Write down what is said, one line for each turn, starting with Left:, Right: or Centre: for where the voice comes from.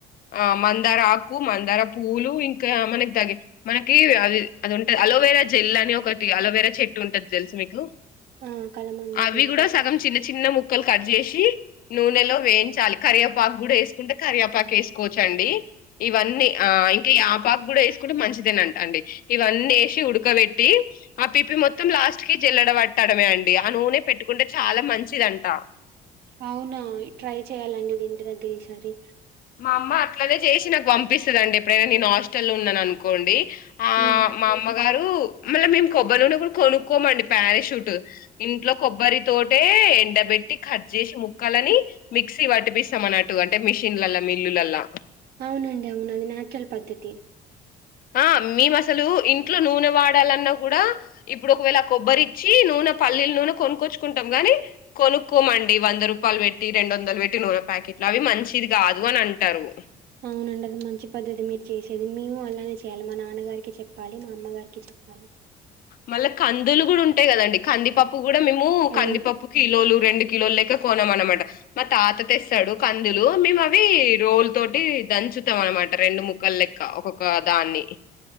Left: ఆ మందార ఆకు మందార పూలు ఇంకా మనకి దగ మనకి అది అది ఉంటది అలోవేరా జెల్ అని ఒకటి అలోవేరా చెట్టు ఉంటది తెల్సు మీకు
Right: ఆ కలమందా
Left: అవి
Right: తెలుసండి
Left: కూడా సగం చిన్న చిన్న ముక్కలు కట్ చేసి నూనెలో వేయించాలి కరియాపాకు కూడా వేసుకుంటే కరియాపాకు వేసుకోవచ్చండి ఇవన్నీ ఆ ఇంకా ఈ ఆపా కుడా వేసుకుంటే మంచిదేనంట అండి ఇవన్నీ వేసి ఉడకబెట్టి ఆ పిప్ప మొత్తం లాస్ట్ కి జల్లడ పట్టడమే అండి ఆ నూనె పెట్టుకుంటే చాలా మంచిదంట
Right: అవునా? ట్రై చేయాలండి ఇంటి దగారా ఇ సారి
Left: మా అమ్మ అట్లాదే చేసి నాకు పంపిస్తంది స్తుద అండి ఎప్పుడైనా నేను హాస్టల్లో లో ఉన్నాను అనుకోండి ఆ
Right: హ్మ్.
Left: మామ్మ గారు మళ్ళీ మేము కొబ్బరి నుడి కూడా కొనుక్కోమండి పారాషూట్ ఇంట్లో కొబ్బరి తట ఎండబట్టి కట్ చేసి ముక్కాలని మిక్సీ పట్టిపిస్తాం అన్నటు అంటే మిషన్లలో మిల్లులలా
Right: అవునండి అవునండి న్యాచురల్ పద్ధతి
Left: ఆ మేము అసలు ఇంట్లో నూనె వాడాలన్నా కూడా ఇప్పుడు ఒకవేళ కొబ్బరిచ్చి నూనె పల్లీల నూనె కొనుక్కొచ్చుకుంటాం గాని కొనుక్కోమండి వంద రూపాయలు పెట్టి రెండు వందలు పెట్టి నూనె ప్యాకెట్లు అవి మంచిది కాదు అని అంటారు
Right: అవునండి అది మంచి పద్ధతి మీరు చేసేది మేము అలానే చేయాలి మా నాన్నగారికి చెప్పాలి మా అమ్మగారికి చెప్పాలి
Left: మళ్ళా కందులు కూడా ఉంటాయి కదండి కందిపప్పు కూడా మేము
Right: ఆ!
Left: కందిపప్పు కిలోలు రెండు కిలోలు లెక్క కొనం అనమాట మా తాత తెస్తాడు కందులు మేము అవి రోల్ తోటి దంచుతాం అనమాట రెండు ముక్కలు లెక్క ఒక్కొక్క దాన్ని